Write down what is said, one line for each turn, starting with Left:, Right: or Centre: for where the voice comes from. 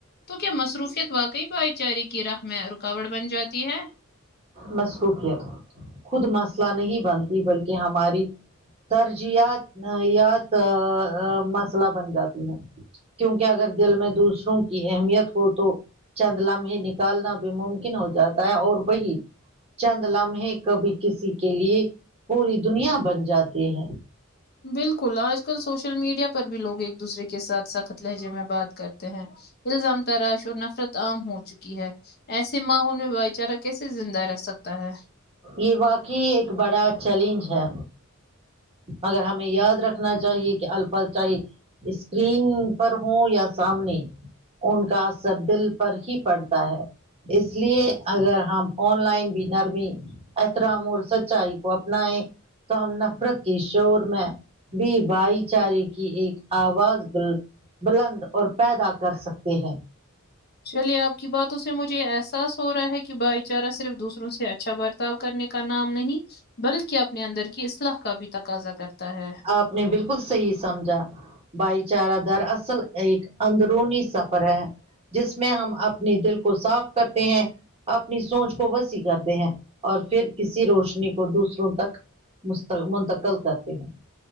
Left: تو کیا مصروفیت واقعی بھائی چارے کی راہ میں رکاوٹ بن جاتی ہے
Right: مصروفیت خود مسئلہ نہیں بنتی بلکہ ہماری ترجیاتیات مسئلہ بن جاتی ہیں کیونکہ اگر دل میں دوسروں کی اہمیت ہو تو چند لمحے میں نکالنا بھی ممکن ہو جاتا ہے اور وہی چند لمحے کبھی کسی کے لیے پوری دنیا بن جاتی ہے
Left: بالکل آج کل سوشل میڈیا پر بھی لوگ ایک دوسرے کے ساتھ سخت لہجے میں بات کر کرتے ہیں الزام تراش اور نفرت عام ہو چکی ہے ایسے ماحول میں بھائی چارا کیسے زندہ رہ سکتا ہے
Right: یہ واقعی ایک بڑا چیلنج ہے مگر ہمیں یاد رکھنا چاہیے کہ الفا چاہی اسکرین پر ہوں یا سامنے ان کا اثر دل پر ہی پڑتا ہے اس لیے اگر ہم آن لائن بھی نرمی احترام اور سچائی کو اپنائیں تو ہم نہ نفرت کے شور میں بھی بھائی چارے کی ایک آواز بلند اور پیدا کر سکتے ہیں
Left: چلیے آپ کی باتوں سے مجھے احساس ہو رہا ہے کہ بھائی چارہ صرف دوسروں سے اچھا بر کرنے کا نام نہیں بلکہ اپنے اندر کی اصلاح کا بھی تقاضا کرتا ہے
Right: آپ نے بالکل صحی سمجھا بھائی چارہ در اصل ایک اندرونی سفر ہے جس میں ہم اپنی دل کو صاف کرتے ہیں اپنی سوچ کو وسیع کرتے ہیں اور پھر کسی روشنی کو دوسروں تک مست منتقل کرتے ہیں